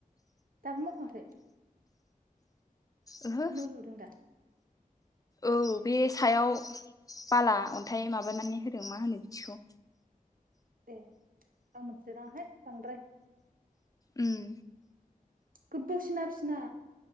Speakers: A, on the right (about 75°); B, on the left (about 25°).
A: दाबो मावखाङाखै?
B: ओहो
A: न' लुदों दा?
B: औ बे सायाव बाला अन्थाइ माबानानै होदों मा होनो बिदिखौ
A: ए आं मिथिलाय लाङाहाय बांद्राय
B: उम
A: गोबाव सिना बिसिना